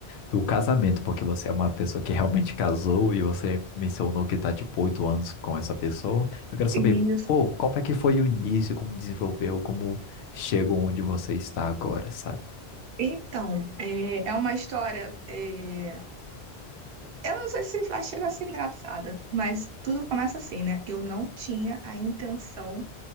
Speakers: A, on the left (about 80°); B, on the right (about 65°).
A: do casamento, porque você é uma pessoa que realmente casou e você mencionou que tá tipo oito anos com essa pessoa. Eu quero saber,
B: Isso.
A: pô, como é que foi o início, como desenvolveu, como chegou onde você está agora, sabe?
B: Então, é, é uma história. é, eu não sei se vai chegar a ser engraçada, mas tudo começa assim, né? Eu não tinha a intenção